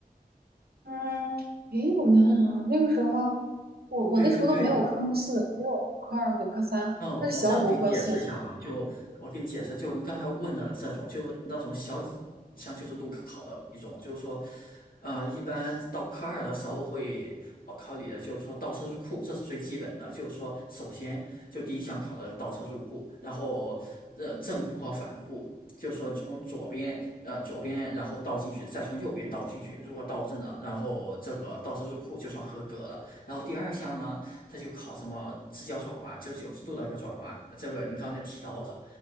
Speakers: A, on the right (about 80°); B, on the left (about 65°).
A: 嗯，诶，我想想啊，那个时候，我我那时候都没有科目四，
B: 对对
A: 没有科二和科三，
B: 哦，
A: 那是小五和小四，
B: 我这样给你解释一下吧。就我给你解释，就你刚才问的这种，就是那种小项就是路考的一种，就是说，呃，一般到科二的时候会考考你的，就是说倒车入库，这是最基本的。就是说，首先就第一项考的倒车入库，然后呃正库和反库，就是说从左边呃左边然后倒进去，再从右边倒进去，如果倒正了，然后这个倒车入库就算合格了。然后第二项呢？它就考什么直角转弯，就九十度的个转弯，这个你刚才提到的，